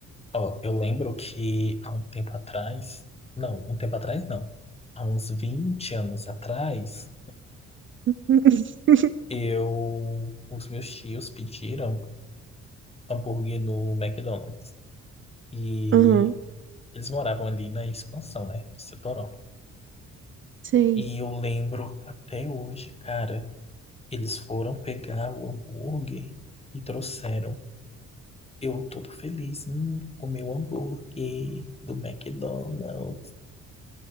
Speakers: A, on the left (about 20°); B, on the right (about 40°).
A: Ó, eu lembro que há um tempo atrás, não, um tempo atrás não, há uns 20 anos atrás,
B: <laughs>
A: eu, os meus tios pediram hambúrguer no McDonald's e
B: Aham,
A: eles moravam ali na expansão, né, do Setorão.
B: sei.
A: E eu lembro até hoje, cara, eles foram pegar o hambúrguer e trouxeram. Eu todo feliz, hum, comi o hambúrguer do McDonald's.